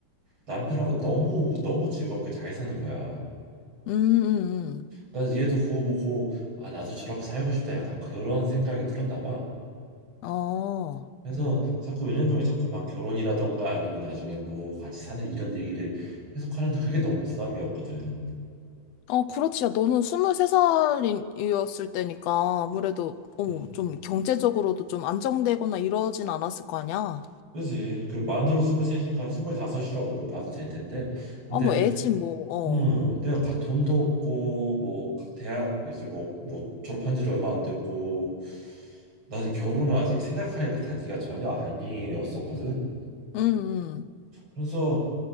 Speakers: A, on the right; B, on the left.
A: 남편하고 너무 너무 즐겁게 잘 사는 거야.
B: 음, 음,
A: 그래서 얘도 그거 보고 아 나도 저렇게 살고 싶다 약간 그런 생각이 들었나 봐.
B: 음. 어.
A: 그래서 자꾸 은연중에 자꾸 막 결혼이라던가 아니면 나중에 뭐 같이 사는 이런 얘기를 계속 하는데 그게 너무 부담이었거든.
B: 어, 그렇지. 야, 너는 23살이었을 때니까 아무래도, 어,
A: 음.
B: 좀 경제적으로도 좀 안정되거나 이러진 않았을 거 아니야?
A: 그지. 그 만으로 스물셋이니까 스물다섯이라고 뭐 봐도 될 텐데. 근데
B: 아, 뭐, 애지, 뭐,
A: 음,
B: 어.
A: 내가 가- 돈도 없고 뭐 각 대학 이제 뭐 뭐 졸업한 지도 얼마 안 됐고 나는 결혼을 아직 생각할 그 단계가 전혀 아니었었거든.
B: 음, 음.
A: 그래서